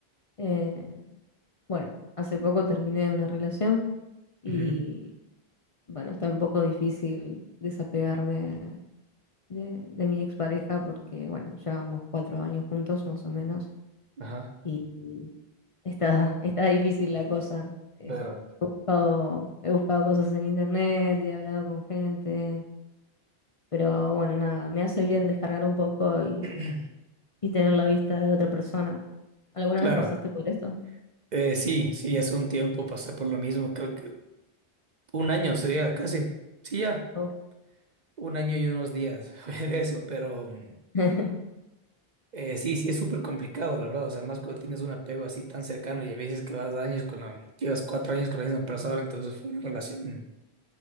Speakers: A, on the left; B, on the right.
A: Eh, bueno, hace poco terminé una relación y
B: Ujú.
A: bueno, está un poco difícil desapegarme de, de mi expareja porque bueno, llevamos cuatro años juntos más o menos.
B: Ajá.
A: Y Está, está difícil la cosa. Eh,
B: Claro.
A: he buscado, he buscado cosas en internet, he hablado con gente, pero bueno, nada, me hace bien descargar un poco y,
B: <clears throat>
A: y tener la vista de otra persona. ¿Alguna
B: Claro.
A: vez pasaste por esto?
B: Eh, sí, sí, hace un tiempo pasé por lo mismo, creo que un año sería casi. Sí, ya.
A: Oh.
B: Un año y unos días <laughs> fue de eso, pero mm,
A: <laughs>
B: eh, sí, sí es súper complicado, la verdad. O sea, más cuando tienes un apego así tan cercano y a veces que vas años con la, llevas cuatro años con la misma persona, entonces fue una relación